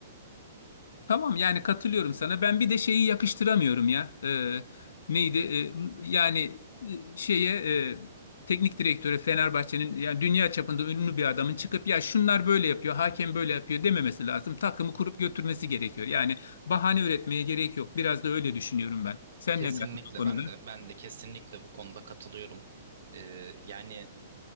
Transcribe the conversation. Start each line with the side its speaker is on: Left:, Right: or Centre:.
Left: Tamam yani katılıyorum sana. Ben bir de şeyi yakıştıramıyorum ya. Ee, neydi? Ee, yani e, şeye e, teknik direktöre Fenerbahçe'nin ya dünya çapında ünlü bir adamın çıkıp ya şunlar böyle yapıyor, hakem böyle yapıyor dememesi lazım. Takımı kurup götürmesi gerekiyor. Yani bahane üretmeye gerek yok. Biraz da öyle düşünüyorum ben. Sen
Right: Kesinlikle
Left: ne dersin bu konuda?
Right: ben de ben de kesinlikle bu konuda katılıyorum. Ee, yani